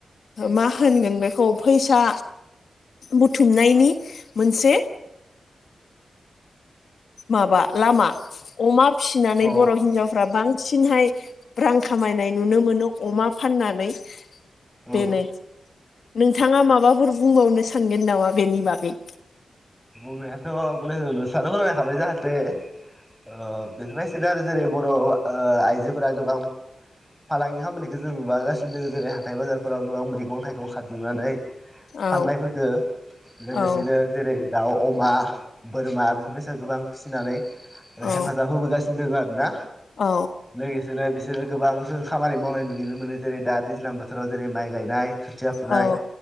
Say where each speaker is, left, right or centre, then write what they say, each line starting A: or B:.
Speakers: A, on the left; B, in the centre.
A: मा होनगोन बेखौ फैसा बुथुमनायनि मोनसे माबा लामा अमा फिसिनानै
B: अ
A: बर' हिनजावफ्रा बां सिनहाय रां खामायनाय नुनो मोनो अमा फाननानै
B: औ
A: बेनो नोंथाङा माबाफोर बुंबावनो सानगोन नामा बेनि बागै
B: नोंहाथ' <unintelligible> जाहाथे ओ बेफोरबायसानो आरो जेरै बर' आइजोफोरा गोबां फालांगि खामयखौ जों नुबागासिनो दों जेरै हाथाय बाजारफोराव गोबां मैगं थाइगं खादिंनानै फाननाय
A: औ
B: फोरखो लोगोसेनो
A: औ
B: जेरै दाउ आ बोरमा बेफोर बायसा गोबां फिसिनानै
A: औ
B: हेफाजाब होबोगासिनो दङ आरोना
A: औ
B: लोगोसेनो बिसोरो गोबां जों खामानि मावनाय नुनो मोनो जेरै दा दैज्लां बोथोराव जेरै माइ गायनाय खोथिया फुनाय
A: औ